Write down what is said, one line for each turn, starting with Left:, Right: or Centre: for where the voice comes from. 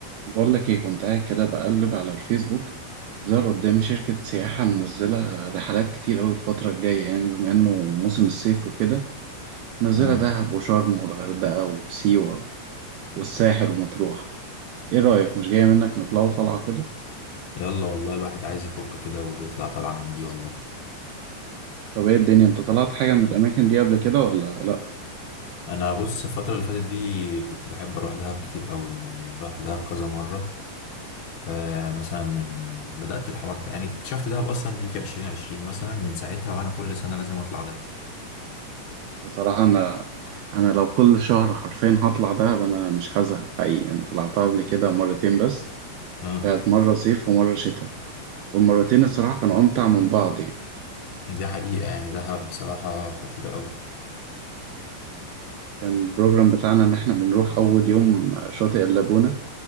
Right: بقول لك ايه كنت قاعد كده بقلب على الفيسبوك ظهر قدامي شركة سياحة منزلة رحلات كتير أوي الفترة الجاية يعني بما إنه موسم الصيف وكده منزلة
Left: آه.
Right: دهب وشرم والغردقة وسيوة والساحل ومطروح ايه رأيك مش جاية منك نطلعوا طلعة كده
Left: يلا والله الواحد عايز يفك كده ويطلع طالعة من دي والله
Right: طب ايه الدنيا انت طلعت حاجة من الأماكن دي قبل كده ولا لأ
Left: انا بص الفترة اللي فاتت دي كنت بحب اروح دهب كتير قوي يعني رحت دهب كذا مرة آه مثلا من بدأت الحوار ده يعني اكتشفت دهب اصلا دي في عشرين عشرين مثلا من ساعتها وانا كل سنة لازم اطلع دهب
Right: بصراحة أنا أنا لو كل شهر حرفيا هطلع دهب أنا مش هزهق حقيقي أنا طلعتها قبل كده مرتين بس
Left: آه.
Right: كانت مرة صيف ومرة شتاء والمرتين الصراحة كانوا أمتع من بعض يعني.
Left: دي حقيقة يعني دهب بصراحة خطيرة قوي
Right: كان البروجرام بتاعنا إن إحنا بنروح أول يوم شاطئ اللاجونة